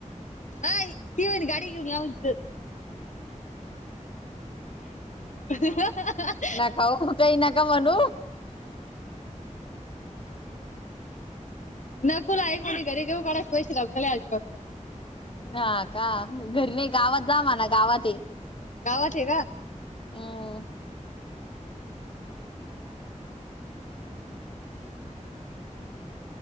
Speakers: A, on the left; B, on the left.
A: आय ति म्हनी गाडी घिऊन या म्हनी तिथ. <unintelligible> <unintelligible>
B: नका हो काही नका म्हनू.
A: नकोला एकवणी घरी घेऊ काणाच पैश ला भला अजी बघाला.
B: हा का? घरी नाही गावात जा म्हना गावाते.
A: गावाते का?
B: हम्म.